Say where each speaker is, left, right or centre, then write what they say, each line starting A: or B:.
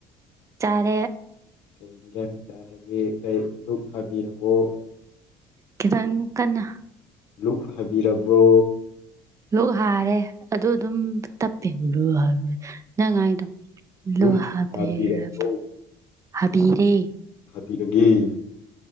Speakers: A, on the right; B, on the left.
A: ꯇꯥꯔꯦ
B: ꯀꯩ ꯌꯦꯟꯁꯥꯡ ꯆꯥꯔꯒꯦ ꯀꯩ ꯂꯨꯞ ꯊꯕꯤꯔꯔꯕꯣ
A: ꯈꯤꯇꯪ ꯀꯟꯅ
B: ꯂꯛ ꯍꯥꯏꯕꯤꯔꯕ꯭ꯔꯣ
A: ꯂꯣꯛ ꯍꯥꯔꯦ ꯑꯗꯨ ꯑꯗꯨꯝ ꯇꯞꯄꯦꯕ ꯅꯪ ꯍꯥꯏꯥꯏꯗꯣ
B: ꯂꯨꯛ
A: ꯣ ꯍꯥꯕꯔ
B: ꯍꯥꯕꯤꯔꯕ꯭ꯔꯣ
A: ꯍꯥꯕꯤꯔꯦ
B: ꯄꯤꯔꯒꯦ